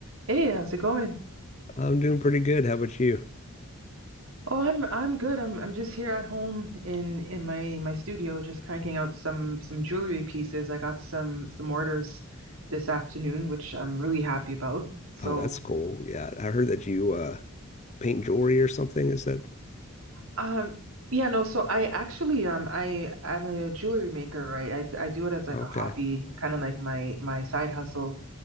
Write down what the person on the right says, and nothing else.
Hey, how's it going?
Oh, I'm I'm good. I'm I'm just here at home in in my my studio, just cranking out some some jewelry pieces. I got some some orders this afternoon, which I'm really happy about. So,
um, yeah, no. So I actually um I I'm a jewelry maker, right? I I do it as like
a hobby, kind of like my my side hustle.